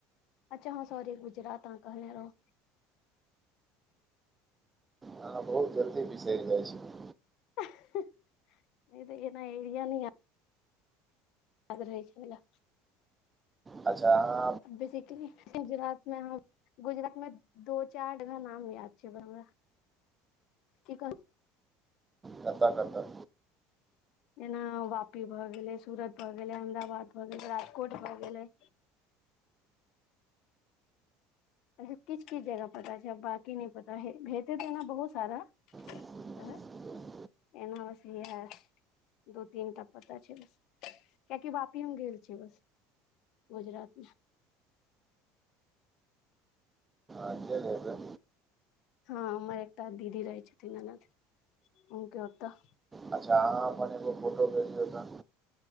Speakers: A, on the left; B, on the right.
A: अच्छा हँ सॉरी गुजरात आहाँ कहने रहौं।
B: आहाँ बहुत जल्दी बिसैर जाय छियै।
A: हँ-हँ तऽ एना एरिया नै या। याद रहै छै नऽ।
B: अच्छा आहाँ।
A: बेसिकेली गुजरात में हम गुजरात में दो-चार जगह नाम याद छै, हम-हमरा की कह
B: कतऽ-कतऽ
A: जेना वापी भऽ गेलै, सूरत भऽ गेलै, अहमदाबाद भऽ गेलै, राजकोट भऽ गेलै अच्छा किछ-किछ जगह पता छै, बाकी नै पता हय भेतै तऽ ओना बहुत सारा।
B: <inaudible>
A: शहर एना बस इएहा दू-तीन टा पता छै बस, कियाकि वापी हम गेल छियै बस। गुजरात में
B: तऽ गेल हेबै?
A: हँ हमर एकटा दीदी रहै छतिन ननद, हुनके ओतऽ।
B: अच्छा अहाँ अपन एगो फोटो भेजियौ तऽ।